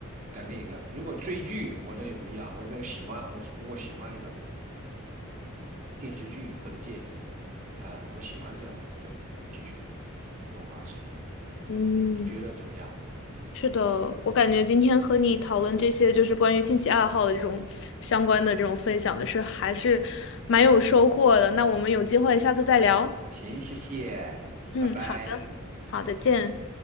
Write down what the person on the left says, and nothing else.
嗯。
是的，我感觉今天和你讨论这些就是关于兴趣爱好的这种相关的这种分享的是还是蛮有收获的。那我们有机会下次再聊。
嗯，
好的，好的，见。